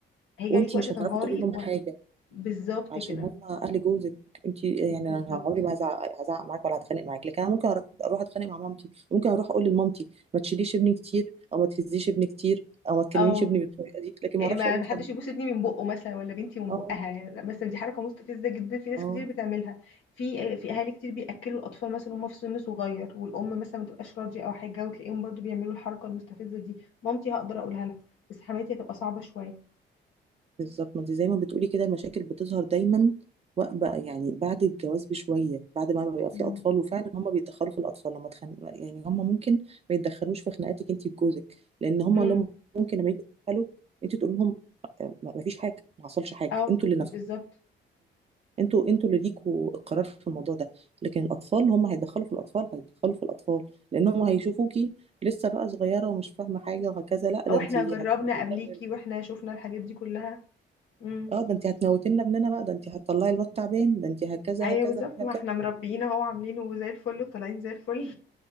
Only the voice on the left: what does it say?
هيجي
عليكي وقت
تنهاري
و...
بالظبط
كده
بالظبط
اه
إيه،
ما
حدش يبوس ابني من بقه مثلا ولا بنتي من
بقها يعني مثلا دي حركه مستفزه جدا في ناس
كتير بتعملها في في اهالي كتير بياكلوا الاطفال مثلا وهم في سن صغير والام مثلا ما تبقاش راضيه او حاجه وتلاقيهم برضو بيعملوا الحركه المستفزه دي مامتي هقدر اقولها لها بس حماتي هتبقى صعبه شويه
مم.
امم
اه
بالظبط
او
احنا
جربنا قبليكي واحنا شفنا الحاجات دي كلها امم
ايوه
بالظبط
ما احنا مربيين اهو عاملينه زي الفل وطالعين زي الفل